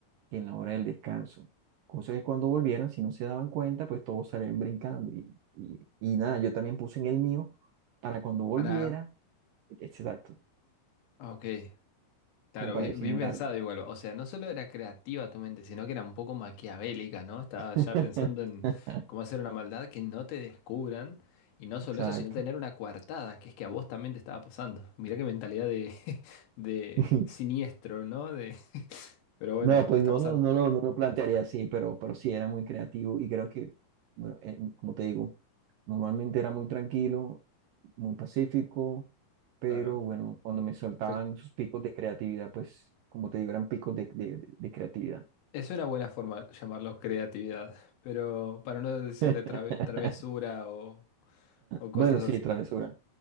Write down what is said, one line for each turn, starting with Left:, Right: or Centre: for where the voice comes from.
Right: en la hora del descanso. Cosa que cuando volvieran, si no se daban cuenta, pues todos salían brincando. Y, y, y nada, yo también puse en el mío para cuando volviera,
Left: para...
Right: exacto,
Left: Ok.
Right: como
Left: Claro,
Right: para
Left: bien,
Right: disimular
Left: bien pensado
Right: ya.
Left: igual. O sea, no solo era creativa tu mente, sino que era un poco maquiavélica, ¿no? Estaba
Right: <laughs>
Left: ya pensando en cómo hacer una maldad que no te descubran. Y no solo
Right: Exacto.
Left: eso, sino tener una coartada, que es que a vos también te estaba pasando. Mirá qué mentalidad de, <laughs> de
Right: <laughs>
Left: siniestro, ¿no? De, <laughs> pero bueno,
Right: No, pues
Left: estamos
Right: no lo,
Left: al...
Right: no lo, no lo plantearía así, pero, pero sí era muy creativo y creo que, bueno, eh, como te digo, normalmente era muy tranquilo, muy pacífico, pero
Left: Claro.
Right: bueno, cuando me soltaban
Left: Entonces,
Right: sus picos de creatividad, pues como te digo, eran picos de, de de- de creatividad.
Left: es una buena forma de llamarlo creatividad, pero para no decirle
Right: <laughs>
Left: trave- travesura o, o
Right: Bueno,
Left: cosas
Right: sí,
Left: así.
Right: travesura,